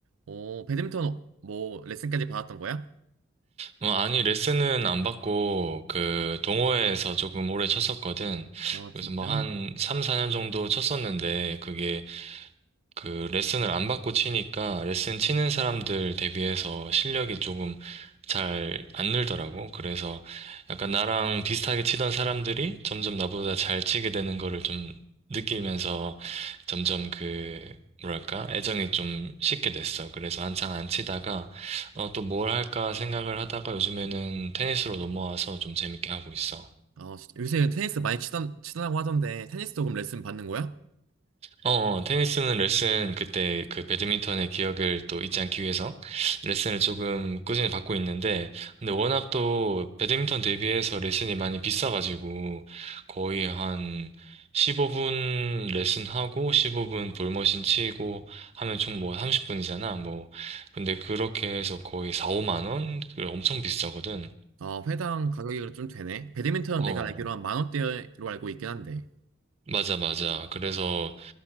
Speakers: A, on the right; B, on the right.
A: 어, 배드민턴, 뭐, 레슨까지 받았던 거야?
B: 뭐, 아니, 레슨은 안 받고, 그, 동호회에서 조금 오래 쳤었거든.
A: 아,
B: 그래서
A: 진짜?
B: 뭐 한 3, 4년 정도 쳤었는데, 그게 그 레슨을 안 받고 치니까 레슨 치는 사람들 대비해서 실력이 조금 잘 안 늘더라고. 그래서 약간 나랑 비슷하게 치던 사람들이 점점 나보다 잘 치게 되는 거를 좀 느끼면서 점점 그 뭐랄까 애정이 좀 식게 됐어. 그래서 한창 안 치다가 어, 또 뭘 할까 생각을 하다가 요즘에는 테니스로 넘어와서 좀 재밌게 하고 있어.
A: 아, 진짜. 요새 테니스 많이 치던, 치더라고 하던데, 테니스도 그럼 레슨 받는 거야?
B: 어, 어, 테니스는 레슨, 그때 그 배드민턴의 기억을 또 잊지 않기 위해서 레슨을 조금 꾸준히 받고 있는데, 근데 워낙 또 배드민턴 대비해서 레슨이 많이 비싸가지고, 거의 한 15분 레슨하고, 15분 볼머신 치고 하면 총 뭐 30분이잖아, 뭐. 근데 그렇게 해서 거의 4, 5만 원? 그 엄청 비싸거든.
A: 아, 회당 가격이 좀 되네. 배드민턴은
B: 어.
A: 내가 알기로 한 만 원대로 알고 있긴 한데.
B: 맞아, 맞아. 그래서